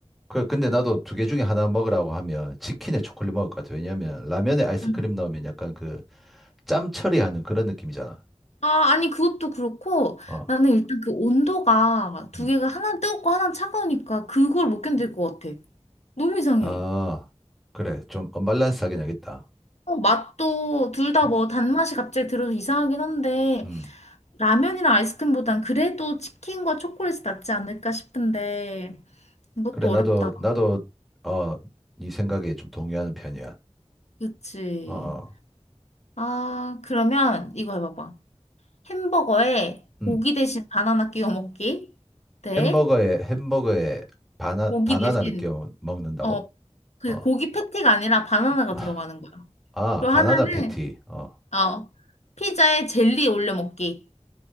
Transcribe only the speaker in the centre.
그래, 근데 나도 두 개 중에 하나 먹으라고 하면 치킨에 초콜릿 먹을 것 같아. 왜냐면 라면에 아이스크림
넣으면 약간 그 짬 처리하는 그런 느낌이잖아.
어.
음.
아, 그래. 좀 언밸런스하긴 하겠다.
음,
음.
그래, 나도,
나도, 어, 네 생각에 좀 동의하는 편이야.
어, 어.
음.
햄버거에, 햄버거에 바나,
바나나를
끼워 먹는다고?
어.
아,
아,
바나나
패티. 어.